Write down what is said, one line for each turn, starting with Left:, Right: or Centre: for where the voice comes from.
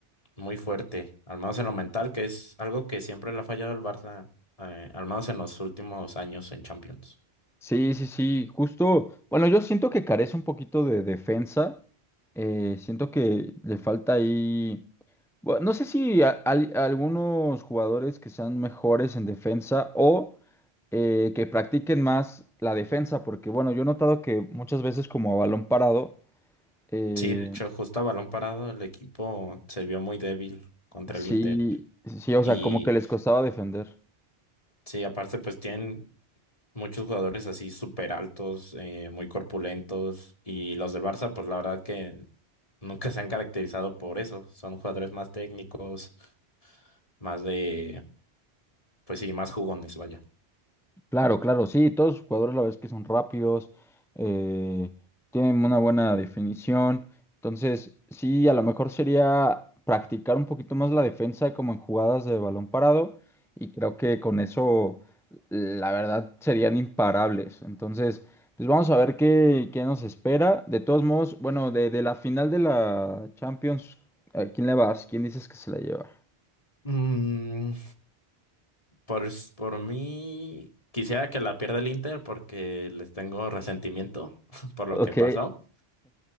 Left: muy fuerte, al menos en lo mental, que es algo que siempre le ha fallado el Barça, eh, al menos en los últimos años en Champions.
Centre: Sí, sí, sí, justo. Bueno, yo siento que carece un poquito de defensa. eh, siento que le falta ahí. Bueno, no sé si a- al- algunos jugadores que sean mejores en defensa o eh, que practiquen más la defensa, porque bueno, yo he notado que muchas veces como a balón parado, eh,
Left: Sí, de hecho, justo a balón parado el equipo se vio muy débil contra
Centre: sí,
Left: el Inter.
Centre: sí, o
Left: Y
Centre: sea, como que les costaba defender.
Left: sí, aparte pues tienen muchos jugadores así súper altos, eh, muy corpulentos. Y los del Barça pues la verdad que nunca se han caracterizado por eso. Son jugadores más técnicos, más de Pues sí, más jugones, vaya.
Centre: Claro, claro, sí, todos los jugadores la verdad es que son rápidos, eh, tienen una buena definición, entonces sí, a lo mejor sería practicar un poquito más la defensa como en jugadas de balón parado y creo que con eso la verdad serían imparables, entonces pues vamos a ver qué, qué nos espera, de todos modos, bueno, de, de la final de la Champions, ¿a quién le vas? ¿Quién dices que se la lleva?
Left: Mm, Por, s- por mí, quisiera que la pierda el Inter porque les tengo resentimiento <laughs> por lo
Centre: Ok,
Left: que pasó.